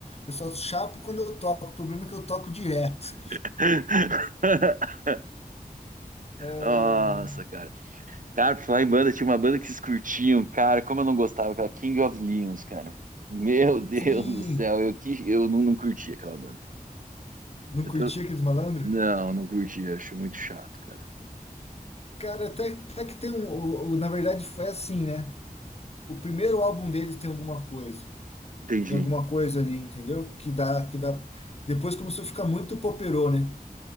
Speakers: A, on the left (about 40°); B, on the right (about 60°).
A: eu só chapo quando eu toco, o problema é que eu toco direto.
B: <laughs>
A: Ah,
B: Nossa, cara. Cara, pra falar em banda, tinha uma banda que vocês curtiam, cara, como eu não gostava, aquela King of Leons, cara. Meu <laughs> Deus
A: sim,
B: do céu, eu, que, eu não, não curti aquela banda. cara.
A: não
B: Eu
A: curtia
B: tô-
A: aqueles malandros?
B: Não, não curti, acho muito chato, cara.
A: Cara, até, até que tem um. o- o- na verdade, foi assim, né? O primeiro álbum deles tem alguma coisa.
B: Entendi.
A: Tem alguma coisa ali, entendeu? Que dá, que dá. Depois começou a ficar muito poperô, né?